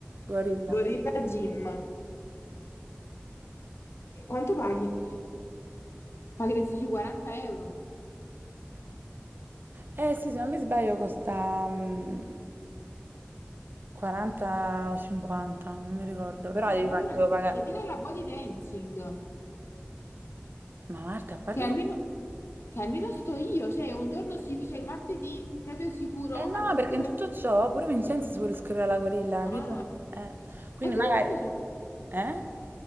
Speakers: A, on the right; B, on the left.
A: guarilla.
B: Gorilla Gym, quanto paghi? Pagheresti sui 40 euro.
A: Eh sì, se non mi sbaglio costa mm, 40 o 50, non mi ricordo, però
B: Eh,
A: devi pa-
B: allora
A: devo
B: vieni,
A: pagare.
B: e vieni alla body dancing.
A: Ma Marta, a parte...
B: Che almeno,
A: che-
B: che almeno sto io, cioè un giorno sicuro, cioè il martedì proprio sicuro
A: Eh
B: al
A: no,
B: 100%.
A: perché in tutto ciò pure Vincenzo si vuole iscrivere alla gorilla, capito?
B: Ah,
A: Eh, quindi
B: e
A: magari...
B: venite là,
A: Eh?